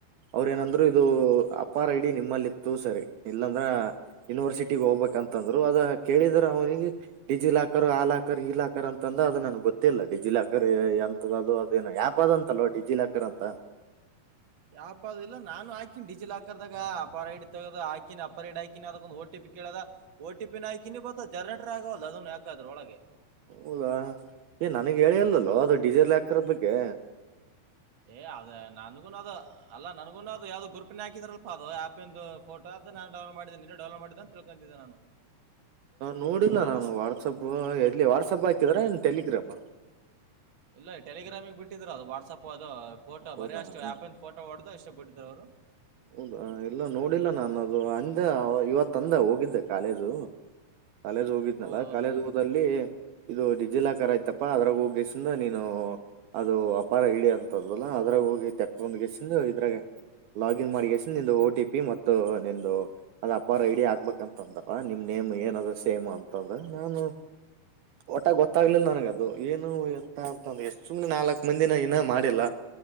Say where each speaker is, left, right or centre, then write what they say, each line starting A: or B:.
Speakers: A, on the right; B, on the right.
A: ಅವ್ರ ಏನಂದ್ರು
B: ಹ್ಮ್
A: ಇದು ಆಫ ಆರ್ ಐ ಡಿ ನಿಮ್ಮಲ್ಲಿ ಇತ್ತು ಸರಿ ಇಲ್ಲಾಂದ್ರ ಯುನಿವರ್ಸಿಟಿ ಹೋಗ್ಬೇಕ ಅಂತಂದ್ರು ಅದ ಕೇಳಿದ್ರ ಅವನಿಗೆ ಡಿಜಿ ಲಾಕರ್ ಆ ಲಾಕರ್ ಈ ಲಾಕರ್ ಅಂತಂದ ಅದು ನನ್ಗೆ ಗೊತ್ತಿಲ್ಲ ಡಿಜಿ ಲಾಕರ್ ಅಂತ ಅದು ಅದೇನ ಆ್ಯಪ್ ಅದಂತಲ್ವ ಡಿಜಿ ಲಾಕರ್ ಅಂತ
B: ಯಾಪ ಅದು ಇಲ್ಲ ನಾನು ಹಾಕಿನಿ ಡಿಜಿ ಲಾಕರ್ದಾಗ ಅಪಾರ ಹೈಡ್ ತಗದ ಹಾಕಿನಿ ಅಪರೈರ್ಡ್ ಹಾಕಿನಿ ಅದಕ್ಕ ಒಂದು ಟಿ ಪಿ ಕೇಳದ ಟಿ ಪಿ ನ ಹಾಕಿನಿ ಬತ್ತ ಜನರೇಟರ್ ಆಗವಲ್ಲ ಅದನ್ ಯಾಕದ್ರ ಒಳಗೆ
A: ಹೌದಾ ಏ ನನಗೆ ಹೇಳಿಯಲ್ಲಲ್ಲೋ ಅದು ಡಿಜಿ ಲಾಕರ್ದ ಬಗ್ಗೆ
B: ಏ ಅದೇ ನನ್ಗುನ ಅದು ಅಲ್ಲ ನನ್ಗುನ ಅದು ಅ ಯಾವ್ದ ಗೂಪಿನ ಹಾಕಿದಲ್ಅ ಆಪ್ ಇ ಫೋಟೋ ನ ಡೌನ್ಲೋಡ್ ಮಾಡೇನೆ ನಿನ್ನ ಡೌನ್ಲೋಡ್ ಮಾಡಿದೆ ಅಂತ ತಿಳ್ಕೊತಿದ್ದೆ ನಾನು
A: ನೋಡಿಲ್ಲ ನಾನು ವಾಟ್ಸಪ್ ಎಲ್ಲಿ ವಾಟ್ಸಪ್ ಹಾಕಿದ್ರ ಟೆಲಿಗ್ರಾಮ್
B: ಇಲ್ಲ ಟೆಲಿಗ್ರಾಮಿಗೆ ಬಿಟ್ಟಿದ್ರ ಅದು ವಾಟ್ಸಆಪ್ ಅದು ದು ಫೋಟ್
A: ಹೌದಾ
B: ಬರಿ ಅಷ್ಟು ಹ್ಯಾಪ್ ಇನ್ನು ಫೋಟೋ ಹೊಡದು ಅಷ್ಟು ಬಿಟ್ಟು ಯವರು
A: ಹೌದಾ ಇಲ್ಲ ನೋಡಿಲ್ಲ ನಾನು ಅದು ಅಂದ ಇವತ್ತು ಅಂದ ಹೋಗಿದ್ದೆ ಕಾಲೇಜುಗೆ ಕಾಲೇಜ್ ಹೋಗಿದ್ನಲ್ಲಾ
B: ಹೌದೌದೌದು
A: ಕಾಲೇಜ್ ಹೋಲ್ಲಿ ಇದು ಡಿಜಿ ಲಾಕರ್ ಆಯ್ತಪ್ಪಾ ಅ ಹೋಗು ಹೋಗು ಸುಮ್ನೆ ನೀನು ಅದು ಅಪಾಯ ಇಲ್ಲ ಅಂತದಲ್ಲ ಅದ್ರಾಗ ಹೋಗಿ ತೆಕ್ಕ್ ನಂಗೆ ಸುಮ್ನೆ ಇದ್ರಂಗೆ ಲಾಲು ಏನು ಮಾಡದೆ ಸುಮ್ನೆಒಂದು ಒಟಿಪಿ ಮತ್ತೆ ನಮ್ಮದು ಅಪ್ಪ ರ ಐಡಿ ಆಗ್ಬೇಕು ಅಂತಂದವ ನಿಮ್ ನೇಮ್ ಏನ ಅದ ಸೇಮ್ ಅಂತಂದ್ರ ನಾನು ಒಟಾಗ ಗೊತ್ತಾಗ್ಲಿಲ್ಲ ನನಗ ಅದು ಏನು ಎಂತ ಅಂತಂದ್ರ ಎಷ್ಟ ಸುಮ್ನೆ ನಾಲ್ ಮಂದಿನ ಏನ ಮಾಡಿಲ್ಲ